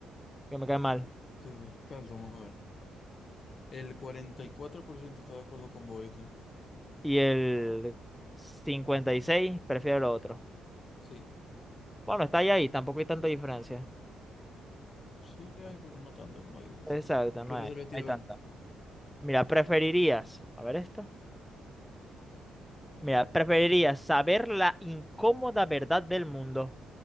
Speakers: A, in the centre; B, on the left (about 45°).
A: que me cae mal.
B: Te descalzo, vamos a ver. El 44% está de acuerdo con vos, ¿viste?
A: Y el 56, prefiero lo otro.
B: Sí,
A: Bueno, está ahí, ahí, tampoco hay tanta diferencia.
B: sí hay, pero no tanto, como dices.
A: Exacto,
B: ¿Qué
A: no hay,
B: te salió
A: no
B: a ti
A: hay
B: a
A: tanta.
B: ver?
A: Mira, preferirías, a ver esto. Mira, preferirías saber la incómoda verdad del mundo